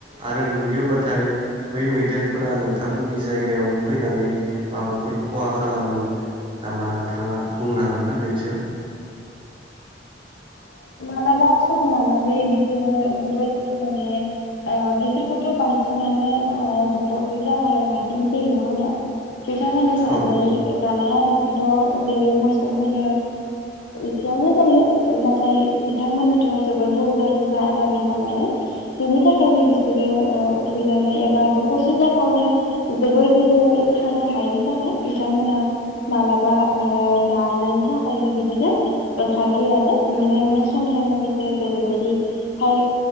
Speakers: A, on the right; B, on the left.
A: आरो नुयोबाथाय बै मैदेरफोरा नोंथांमोन। नि जायगायाव फैनानै माबाफोरखौ खहा खालामो नामा नोंथाङा बुंनो हागोन ना बेनि सायाव।
B: मालाबा समब लानानै बिसोरो जोबोद माने बेसोरखौथ' बांसिनानो दखरखौ जागाय लाखिनाय जायो नङा होमबा? बिथांमोननो जानाय
A: औ
B: जानाय आदारखौथ' जेरै मोसौफोरनो। जायो नाथाय बिथांमोननोथ' जबोर बुरजा बुरजा आदार नांगौ नालाय बिनि थाखायनो बिसोरो उखैनानै एबा दखरसे जायावनो जोबोर गोबाव नो हायिनि थाखाय बिथांमोना मालाबा जानायनि थाखायनो बिदिनो ओंखारबोयो आरो नुनाय मोननाय समजों लोगोसे जेरैबायदिहाय